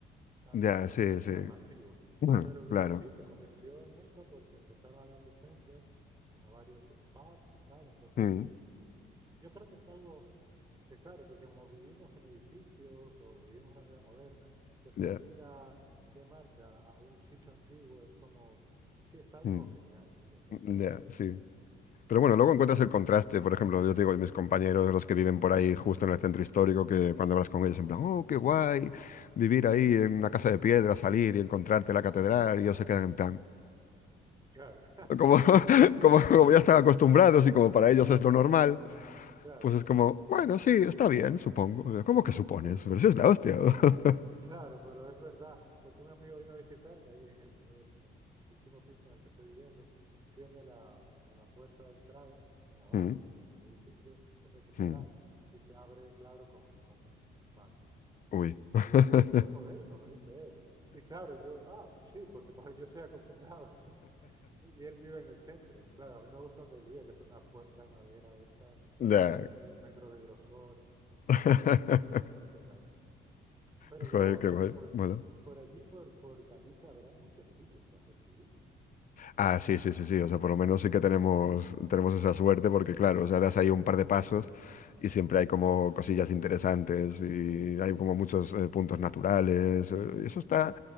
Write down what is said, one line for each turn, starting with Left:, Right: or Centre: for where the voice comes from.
Right: tan,
Left: Ya, sí, sí.
Right: tan
Left: <laughs>
Right: masivo.
Left: Mm,
Right: Pero luego
Left: claro.
Right: sí se convirtió en eso porque empezaron a dar licencias a varios eh, pubs y tal, entonces
Left: Mm,
Right: yo creo que es algo Que claro, que como vivimos en edificios o vivimos la vida moderna, pues salir
Left: ya,
Right: a- de marcha a un sitio antiguo es como, sí, es algo
Left: mm,
Right: genial, yo qué sé,
Left: ya,
Right: de ahí
Left: sí.
Right: uno-
Left: Pero bueno, luego encuentras el contraste, por ejemplo, yo te digo, mis compañeros, los que viven por ahí justo en el centro histórico, que cuando hablas con ellos, en plan, oh, qué guay, vivir ahí en una casa de piedra, salir y encontrarte la catedral, y ellos se quedan en plan,
Right: Claro, <laughs>
Left: como, <laughs> como, como ya están acostumbrados y como para ellos es lo normal,
Right: claro,
Left: pues es como, bueno, sí, está bien, supongo. ¿Cómo que supones?
Right: así es.
Left: Pero si es la hostia. <laughs>
Right: Claro, pero es verdad, porque un amigo vino a visitarme y en el, el- el- el último piso en el que estoy viviendo tiene la, la puerta de entrada de abajo
Left: Mm,
Right: del, del edificio, es de cristal
Left: mm,
Right: y se abre, claro, con, con un un mando.
Left: Uy. <laughs>
Right: Y, eh, uy, qué moderno, me dice él. Y claro, yo, ah, sí, porque para, yo soy acostumbrado. <laughs> Y él vive en el centro. Claro, a mí me gusta donde él vive, que es una puerta de madera de esta,
Left: Ya.
Right: de casi medio metro de grosor.
Left: <laughs>
Right: Y es impresionante. Pero
Left: Joder,
Right: luego,
Left: qué
Right: por,
Left: guay.
Right: por,
Left: Mola.
Right: por allí, por, por Galicia, habrá muchos sitios que hacer turismo.
Left: Ah, sí, sí, sí, sí. O sea, por lo menos sí que tenemos, tenemos esa suerte porque, claro, o sea, das ahí un par de pasos y siempre hay como cosillas interesantes y hay como muchos eh, puntos naturales. eh, y eso está,